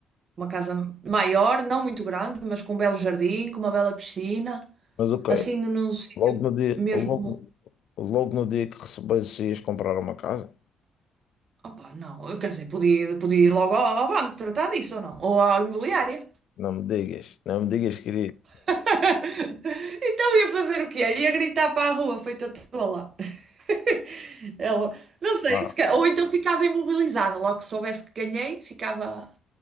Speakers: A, on the right (about 50°); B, on the left (about 70°).
A: Uma casa maior, não muito grande, mas com um belo jardim, com uma bela piscina,
B: Mas ok,
A: assim num sítio
B: logo no dia,
A: mesmo.
B: logo, logo no dia que recebesse ias comprar uma casa?
A: Opa, não, eu quer dizer, podia, podia ir logo ao, ao banco tratar disso ou não, ou à imobiliária.
B: Não me digas, não me digas que irias.
A: <laughs> Então ia fazer o quê? Ia gritar para a rua, feita toda lá. <laughs> Ela, não sei,
B: Não,
A: se ca- ou então ficava imobilizada, logo que soubesse que ganhei, ficava,